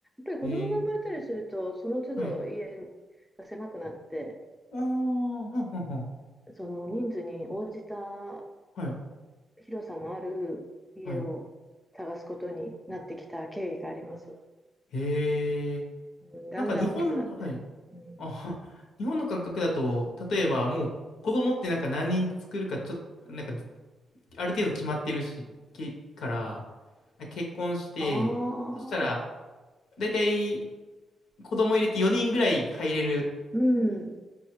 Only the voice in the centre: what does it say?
ぱり子供が生まれたりすると、
その都度家
が狭くなって、
その人数に応じた
広さのある家を探すことになってきた経緯があります。
うん、だんだん大きくなって。
うん、
ああ、
うん。